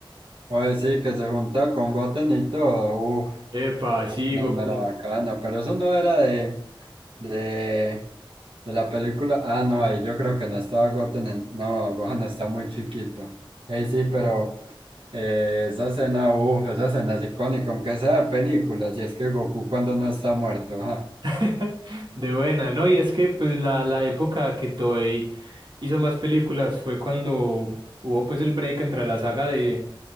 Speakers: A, on the right (about 85°); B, on the right (about 60°).
A: Oye, sí, que se junta con Goten y todo. Uf,
B: Epa, sí,
A: es una
B: Goku.
A: mera bacana. Pero eso no era de, de, de la película. Ah, no, ahí yo creo que no estaba Goten. en- no, Gohan está muy chiquito. Ey, sí, pero eh, esa escena, uf, esa escena es icónica, aunque sea de película. Si es que Goku cuando no está muerto, ajá.
B: <laughs> De buena, ¿no? Y es que pues la, la época que Toei hizo más películas fue cuando hubo pues el break entre la saga de,